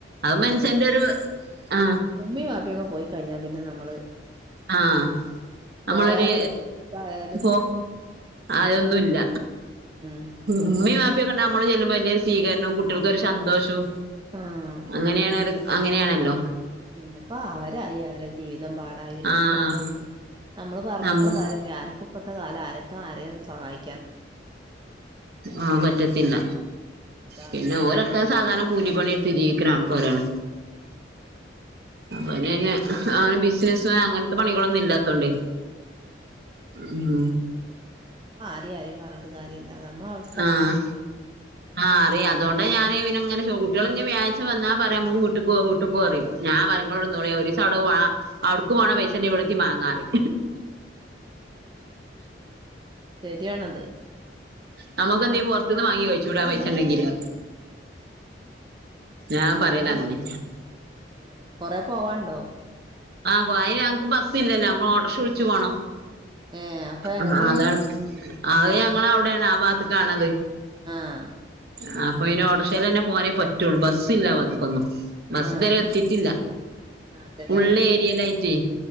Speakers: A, on the right (about 55°); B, on the right (about 25°).
A: അത് മന്സന്റെ ഒരു ആ
B: ഉമ്മീം വാപ്പിയൊക്കെ പോയിക്കഴിഞ്ഞ പിന്നെ ന്നമ്മള്
A: ആഹ നമ്മളൊരു
B: പോയാലും ഇതായാലും
A: പോ അതൊന്നുല്ല
B: ഉം
A: ഉമ്മീം വാപ്പക്കെണ്ടാകുമ്പോ നമ്മള് ചെല്ലുമ്പ വല്യരു സ്വീകരണം കുട്ടികള്ക്കൊരു ഷന്തോഷും
B: ആഹ്
A: അങ്ങനേണോര് അങ്ങനെണല്ലോ
B: അതെ പിന്നെപ്പോ അവരായി അവരെ ജീ ജീവിതം പാടായി പിന്നെപ്പനമ്മ
A: ആഹ്
B: നമ്മള് പറഞ്ട്ടും
A: നമ്മ
B: കാര്യ ആര്ക്കുപ്പത്തെ കാലം ആരൊക്കെ ആരെ സഹായി
A: ആ പറ്റത്തില്ല
B: അതാണ്
A: പിന്നോര ക്ക സാധരണകൂലിപണിട്ത് ജീവിക്ക്‌ണ ആൾക്കാരാണ്
B: ആ
A: അപ്പങ്ങനെ ബിസിനസ് അങ്ങനത്തെ പണികളൊന്നും ഇല്ലാത്തോണ്ടെ
B: ആ അതെ
A: ഉം
B: മ്മള് ആര്യം ആര്യം പറഞ്ഞട്ട് കാര്യല്ല നമ്മളെ അവസ്
A: ആഹ ആഹ അറിയ അതൊണ്ടാ ഞാന് പിന്നെ ഇങ്ങനെ ചൗ കുട്ട്യാളിനി വ്യാഴാച വന്നാ പറിം അമ്മക്ക് വീട്ട്ക് പോവാ വീട്ട്ക് പോവാ പറീം ഞാൻ പറിം ഇങ്ങള് അവ്ടെ നിന്നോളി ഒരിസം അവിട അവ്ട്ക്ക് പോണ പൈസണ്ടേൽ ഇവിടുത്തി മാങ്ങാറിം
B: ശരിയാണത്
A: നമ്മക്കെന്തെങ്കി പൊറത്തന്ന് വാങ്ങി കഴിച്ചൂടെ ആ പൈസായിണ്ടെങ്കില്
B: ഏഹ്
A: ഞാൻ പറയല്
B: ശരിയാ
A: അങ്ങനെ
B: ആഹ് കൊറെ പോവാണ്ടോ
A: ആ പ്പയ്നങ്ങക്ക് ബസ്സ്ല്ലല്ലോ അപ്പൊ ഓട്ടർഷവിളിച്ച് പോണം
B: ഏ അപ്പൊ എവിടെയാണ്
A: ആ അതാണ് അത് ഞങ്ങളെ അവിടെണ് ആ ഭാഗത്ത്ക്കാണത്
B: ആഹ്
A: ആഹ് അപ്പൊ പിന്നെ ഓട്ടോറെക്ഷേല് തന്നെ പോകാനേ പറ്റുള്ളൂ ബസ് ഇല്ലാ ആബാഗത്തേക്കൊന്നും ബസ്
B: ആഹ്
A: ഇതുവരെ എത്തിട്ടില്ല
B: അതല്ലേ
A: ഉള്ള് ഏരിയയിലായിട്ടേ